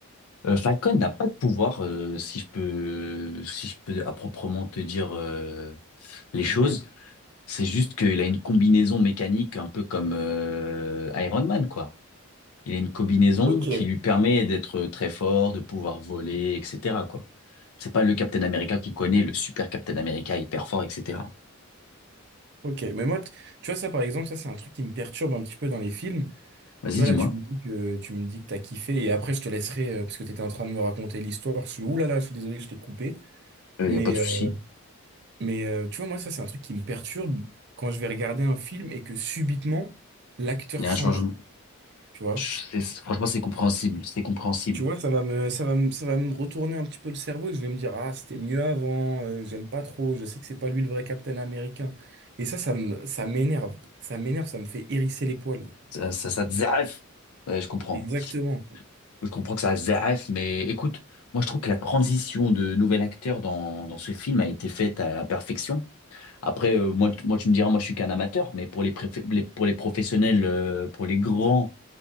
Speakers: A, on the left; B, on the right.
A: Euh, Falcon n'a pas de pouvoir, euh, si je peux, si je peux à proprement te dire euh, les choses.
B: Ok,
A: C'est juste qu'il a une combinaison mécanique un peu comme euh, Iron Man, quoi. Il a une combinaison
B: ok,
A: qui lui permet d'être très fort, de pouvoir voler, etc., quoi. C'est pas le Captain America qui connaît, le super Captain America hyper fort, etc.
B: ok. Mais moi, t- tu vois, ça par exemple, ça c'est un truc qui me perturbe un petit peu dans les films.
A: Vas-y,
B: Tu vois,
A: dis-moi.
B: là, tu me dis que tu me dis que t'as kiffé et après, je te laisserai, euh, parce que t'étais en train de me raconter l'histoire. Je suis, ouh là là, je suis désolé, je t'ai coupé.
A: Il
B: Mais,
A: n'y a pas de souci.
B: euh, mais euh, tu vois, moi, ça c'est un truc qui me perturbe quand je vais regarder un film et que subitement, l'acteur
A: Il y
B: change.
A: a un changement.
B: Tu vois?
A: C'est- Franchement, c'est compréhensible. C'est compréhensible.
B: Tu vois, ça va me, ça va me, ça va me retourner un petit peu le cerveau et je vais me dire, ah, c'était mieux avant, euh, j'aime pas trop, je sais que c'est pas lui le vrai Captain Américain. Et ça, ça me, ça m'énerve. Ça m'énerve, ça me fait hérisser les poils.
A: Ça, ça, ça te zaf. Ouais, je comprends.
B: Exactement.
A: Je comprends que ça zaf, mais écoute, moi je trouve que la transition de nouvel acteur dans, dans ce film a été faite à la perfection. Après, euh, moi, tu- moi tu me diras, moi je suis qu'un amateur, mais pour les, préf- les- pour les professionnels, euh, pour les grands,